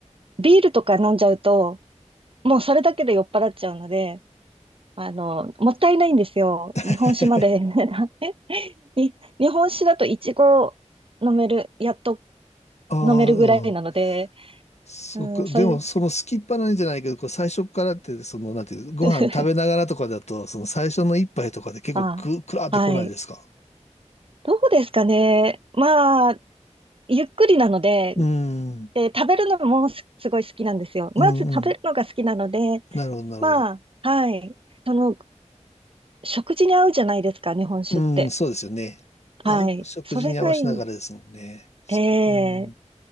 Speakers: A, on the right; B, on the left.
A: ビールとか飲んじゃうと、もうそれだけで酔っ払っちゃうので、あの、もったいないんですよ。
B: <laughs>
A: 日本酒まで。<laughs> に日本酒だとイチゴ飲める、やっと
B: ああ、
A: 飲めるぐらいなので、
B: うん。そっか。
A: うん、それ、
B: でも、その好きっぱなんじゃないけど、こう最初からって、その、なんていう、ご飯食べながらとかだと、
A: <laughs>
B: その最初の一杯とかで結構く、
A: あ、
B: くらーってこないですか
A: はい。どうですかね。まあ、ゆっくりなので、
B: うん。
A: で、食べるのもす、すごい好きなんですよ。
B: うんうん。
A: まず食べるのが好きなので、
B: なるほど、なるほど。
A: まあ、はい。その、食事に合うじゃないですか、日本酒って。
B: うん、そうですよね。
A: はい。
B: あ、食事に合わせながらですもんね。
A: それがいい。
B: そっか。
A: ええ
B: うん。うん、